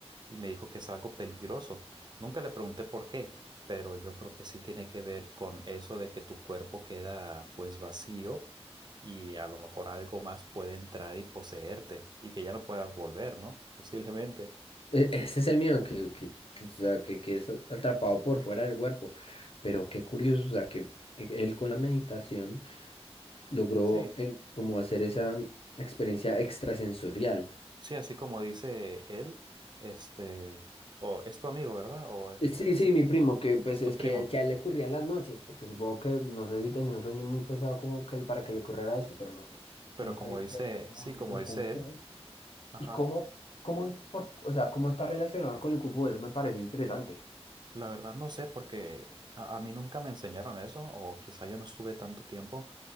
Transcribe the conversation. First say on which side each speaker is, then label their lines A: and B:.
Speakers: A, on the right; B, on the left.
A: Y me dijo que es algo peligroso. Nunca le pregunté por qué, pero yo creo que sí tiene que ver con eso de que tu cuerpo queda pues vacío y a lo mejor algo más puede entrar y poseerte y que ya no puedas volver, ¿no? Posiblemente.
B: E- Ese es el miedo, que, que, que, o sea, que, que es atrapado por fuera del cuerpo. Pero qué curioso, o sea, que e- él con la meditación logró
A: Sí,
B: eh, como hacer esa experiencia extrasensorial.
A: sí, así como dice él, este, o es tu amigo, ¿verdad? O es,
B: Eh, Sí,
A: es
B: sí, mi primo, que pues
A: es tu
B: es
A: primo.
B: que, que a él le ocurrían las noches, porque supongo que no sé si tenía un sueño muy pesado como que él para que le ocurriera esto, pero no sé,
A: Pero
B: no
A: como
B: sabía
A: dice,
B: qué hacer como
A: sí,
B: en,
A: como
B: en
A: dice
B: Kung
A: él,
B: Fu.
A: ajá,
B: Y cómo, cómo, en- por- o sea, cómo está relacionado con el Kung Fu, eso me parece interesante.
A: la verdad no sé porque a, a mí nunca me enseñaron eso o quizá yo no estuve tanto tiempo,